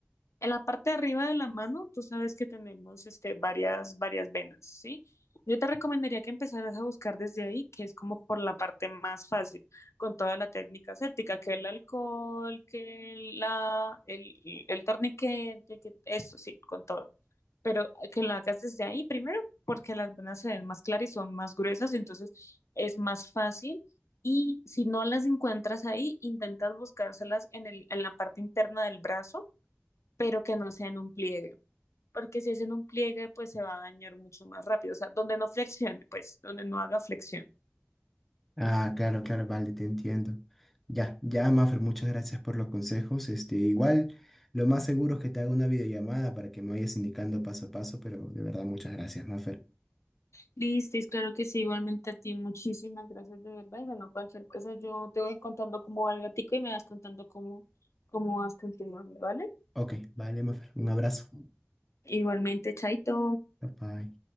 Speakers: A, on the left; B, in the centre.
A: En la parte de arriba de la mano, tú sabes que tenemos este, varias, varias venas, ¿sí? Yo te recomendaría que empezaras a buscar desde ahí, que es como por la parte más fácil, con toda la técnica aséptica, que el alcohol, que la, el, el torniquete, que eso, sí, con todo. Pero que lo hagas desde ahí primero, porque las venas se ven más claras y son más gruesas, entonces es más fácil. Y si no las encuentras ahí, intentas buscárselas en el, en la parte interna del brazo pero que no sea en un pliegue, porque si es en un pliegue, pues se va a dañar mucho más rápido, o sea, donde no flexione, pues, donde no haga flexión.
B: Ah, claro, claro, vale, te entiendo. Ya, ya, Mafer, muchas gracias por los consejos. Este, igual, lo más seguro es que te haga una videollamada para que me vayas indicando paso a paso, pero de verdad, muchas gracias, Mafer.
A: Listo, es claro que sí, igualmente a ti, muchísimas gracias de verdad, y bueno, cualquier cosa yo te voy contando cómo va el gatico y me vas contando cómo, cómo vas continuando, ¿vale?
B: Ok, vale, Mafer, un abrazo.
A: Igualmente, Chaito.
B: Bye bye.